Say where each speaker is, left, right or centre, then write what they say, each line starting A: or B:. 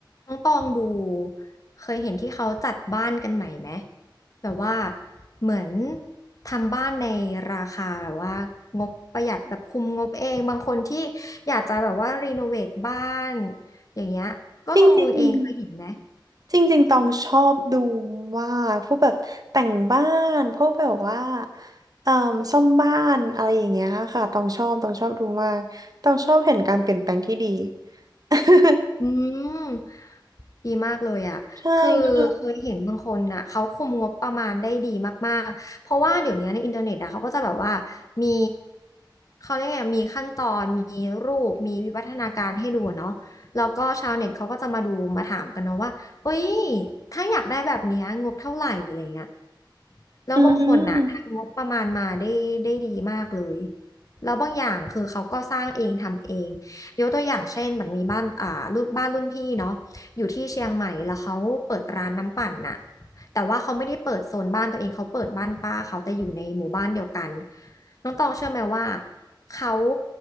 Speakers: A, on the left; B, on the right.
A: น้องตองดูเคยเห็นที่เขาจัดบ้านกันใหม่ไหมแบบว่าเหมือนทำบ้านในราคาแบบว่างบประหยัดแบบคุมงบเองบางคนที่อยากจะแบบว่ารีโนเวทบ้านอย่างเงี้ยก็ลงมือเองเคยเห็นไหม
B: จริงๆจริงๆตองชอบดูมากพวกแบบแต่งบ้านพวกแบบว่าเอ่อซ่อมบ้านอะไรอย่างเงี้ยค่ะตองชอบตองชอบดูมากต้องชอบเห็นการเปลี่ยนแปลงที่ดี <laughs>
A: อืมดีมากเลยอ่ะคือเคยเห็นบางคนน่ะเขาคุมงบประมาณได้ดีมากๆเพราะว่าเดี๋ยวนี้ในอินเทอร์เน็ตอะเขาก็จะแบบว่า
B: ใช่คือ
A: มีเขาเรียกไงมีขั้นตอนมีรูปมีวิวัฒนาการให้ดูเนาะแล้วก็ชาวเน็ตเขาก็จะมาดูมาถามกันเนาะว่าเอ้ยถ้าอยากได้แบบเนี้ยงบเท่าไหร่อะไรเงี้ยแล้วบางคนน่ะทำงบประมาณมาได้ได้ดีมากเลย
B: อืม
A: แล้วบางอย่างคือเขาก็สร้างเองทำเอง ยกตัวอย่างเช่นเหมือนมีบ้านอ่ารุ่นบ้านรุ่นพี่เนาะอยู่ที่เชียงใหม่แล้วเขาเปิดร้านน้ำปั่นน่ะแต่ว่าเขาไม่ได้เปิดโซนบ้านตัวเองเขาเปิดบ้านป้าเขาแต่อยู่ในหมู่บ้านเดียวกันน้องตองเชื่อไหมว่าเขา